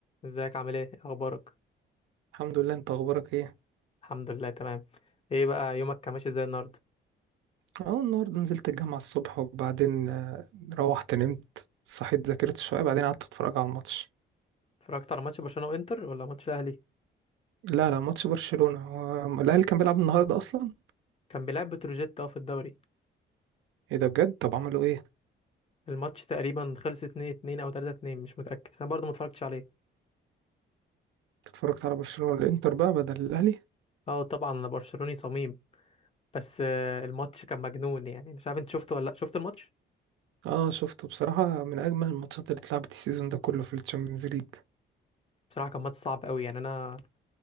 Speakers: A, on the left; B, on the right.
A: ازيك عامل ايه إيه اخبارك
B: الحمد لله انت اخبارك ايه
A: الحمد لله تمام ايه بقى يومك كان ماشي ازاي النهارده
B: اه النهارده نزلت الجامعه الصبح وبعدين آه، روحت نمت صحيت ذاكرت شويه بعدين قعدت اتفرج على الماتش
A: اتفرجت على ماتش برشلونة وانتر ولا ماتش الاهلي
B: لا لا ماتش برشلونه هو الاهلي كان بيلعب النهارده اصلا
A: كان بيلعب بتروجيت اه في الدوري
B: ايه ده بجد طب عملوا ايه
A: الماتش تقريبا خلص 2-2 او 3-2 مش متأكد انا برضه ما اتفرجتش عليه
B: اتفرجت على برشلونه والانتر بقى بدل الاهلي
A: اه طبعا انا برشلوني صميم بس آه، الماتش كان مجنون يعني مش عارف انت شفته ولا لا شفت الماتش
B: اه شفته بصراحه من اجمل الماتشات اللي اتلعبت السيزون ده كله في الشامبيونز ليج
A: بصراحة كان ماتش صعب قوي يعني انا